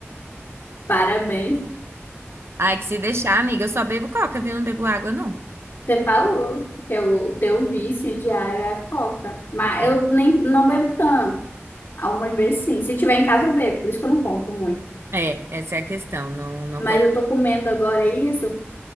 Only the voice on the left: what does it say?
Parabéns.
Você falou que é o teu vício diário é a Coca. Mas
eu nem não bebo tanto. Algumas vezes sim. Se tiver em casa, eu bebo. Por isso que eu não compro muito.
Mas
eu tô comendo agora isso